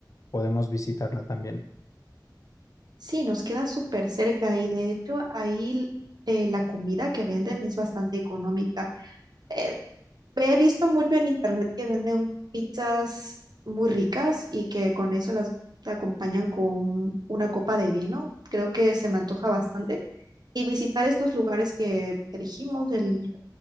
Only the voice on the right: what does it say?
sí, nos queda súper cerca y de hecho ahí eh, la comida que venden es bastante económica. Eh, he visto mucho en internet que venden pizzas muy ricas y que con eso las te acompañan con una copa de vino. Creo que se me antoja bastante. Y visitar estos lugares que, que dijimos, el,